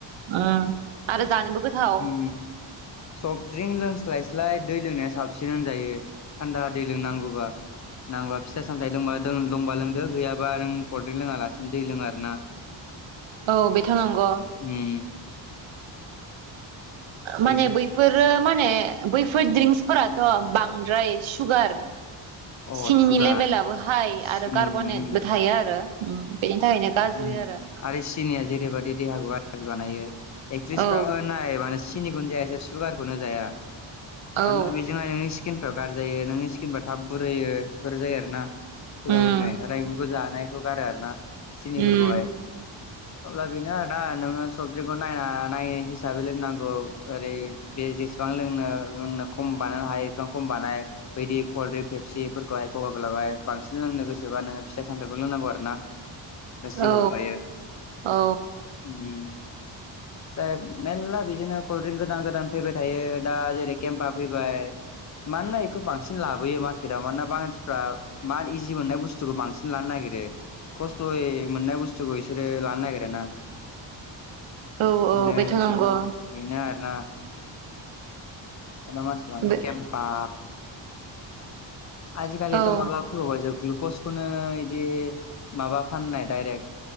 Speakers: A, on the right (about 80°); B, on the left (about 35°).
A: उम आरो जानोबो गोथाव
B: उम सफ्टड्रिंक लोंस्लायस्लाय दै लोंनाया साबसिन होनजायो थान्दा दै लों नांगौबा नांगौबा फिथाइ सामथायाइ लोंबा दंबा लोंदो गैयाबा नों कलड्रिंक लोङा लासिनो दै लोङो आरो ना
A: औ बेथ' नांगौ
B: उम दै
A: माने बैफोरो माने बैफोर ड्रिंक्सफोराथ' बांद्राय सुगार
B: अ
A: सिनिनि
B: सुगार
A: लेभेेलाबो हाइ
B: सिनि
A: आरो कार्ब'नेटबो
B: उम
A: थायो आरो उम बेनि थाखायनो
B: उम,
A: गाज्रि आरो
B: आरो सिनिया जेरैबायदि देहाखौ गाज्रि बानायो एकट्रिस
A: औ
B: फ्राबो नाय माने सिनिखौनो जाया एसे सुगारखौनो जाया
A: औ
B: मानोना बेजोंहाय नोंङो स्किनफ्रा गारजि जायो नोंनि स्किनफ्रा थाब बुरैयो फोर जायो आरो ना सुगारफोरनि
A: उम
B: थाखाय ओंखारनायफोरखौ जानायखौ गारो आरो ना सिनिफोरखौहाय
A: उम <inaudible>
B: अब्ला बेनो आरोना नोङो सफ्ड्रिंखौ नायना नाय हिसाबै लोंनांगौ ओरै बे जेसेबां लोंनो लोंनो खम बानायनो हायो एसेबां खम बानाय बायदि कल्ड्रिंक खेफसिफोरखौहाय खगा गोलाहाय बांसिन लोंनो गोसोबानोङो फिथाइ सामथाइखौ लोंनांगौ आरो ना <unintelligible>
A: औ औ <inaudible>
B: दा मेलला बिदिनो कल्ड ड्रिंक गोदान गोदान फैबाय थायो दा जेरै केम्पा फैबाय‌। मानोना बेखौ बांसिन लाबोयो मार्केटआव मानोना मानसिफ्रा मा इजि मोननाय बुस्थुखौ बांसिन लानो नागिरो जय मोननाय बुस्थुखौ इसोरो लानो नागिरो ना।
A: औ
B: बेनो
A: औ बेथ' नंगौ
B: बिदिनो। बेनो आरोना नो मानसिफ्रा
A: बे
B: केमफा आजिखालिथ'
A: औ
B: माबा फैबावबायसो ग्लुकस खौनो इदि माबा फाननाय डायरेक्ट